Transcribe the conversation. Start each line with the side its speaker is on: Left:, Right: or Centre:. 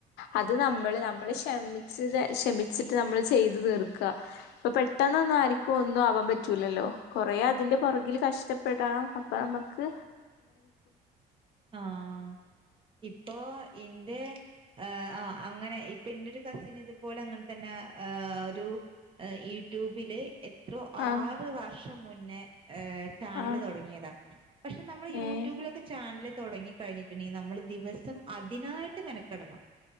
Left: അത് നമ്മള് നമ്മള് ക്ഷമിച്ച ക്ഷമിച്ചിട്ട് നമ്മള് ചെയ് തീർക്ക ഇപ്പ പെട്ടെന്നൊന്നും ആരിക്കും ഒന്നും ആവാൻ പറ്റൂലല്ലോ കൊറേ അതിന്റെ പുറകിൽ കഷ്ട ഷ്ടപ്പെടാന അപ്പൊ നമുക്ക്
Right: ആഹ ഇപ്പൊ എന്റെ ആ ആ് അങ്ങനെ ഇപ്പൊ എന്റെ ഒരു കസിന് ഇതുപോലെ അങ്ങനെ തന്നെ ആ ഒരുഈ യൂട്യൂബിലെ എ എത്രോ
Left: ആഹ്
Right: ആറ് വർഷം മുന്നേ ചാനല്
Left: ആഹ്
Right: തുടങ്ങിയതാ പക്ഷെ നമ്മള് യൂ
Left: ഏഹ്
Right: യൂട്യൂബിലൊക്കെ ചാനല് തുടങ്ങി കഴിഞ്ഞിട്ടുണ്ടെങ്കിൽ നമ്മള് ദിവസം അതിനായിട്ട് മെനക്കിടണം